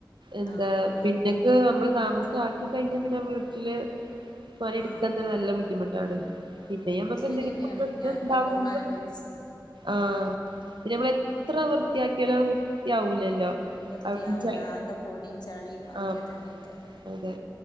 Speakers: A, on the right; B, on the left.
A: എന്താ
B: ആഹ് ആഹ്
A: പിന്നെക്ക് നമ്മള് താമസ ആക്കി കഴിഞ്ഞ പിന്നെ വീട്ടില് പണിയ എടുക്കാൻ
B: ആഹ്
A: തന്നെ നല്ല ബുദ്ധിമുട്ടാണ്
B: ആഹ്
A: പിന്നെ നമ്മക്ക്
B: അത് ശരിയെന്നേണ്
A: എന്തെങ്കിലും ക്ക പ്രശ്നം
B: ഞാൻ
A: ഉണ്ടാകുമ്പോ
B: നല്ലോണം അനുഭവിച്ച്ണ്
A: ആഹ് പിന്ന നമ്മൾ എത്ര വൃത്തിയാക്കിയാലോ വൃത്തിയാവൂലല്ലോ
B: വൃത്തിയാവൂല
A: അവിടെ
B: ആകെ പൊടിയും ചളിയും ഒക്കെ
A: ആഹ്
B: തന്നെ കാരം
A: അതെ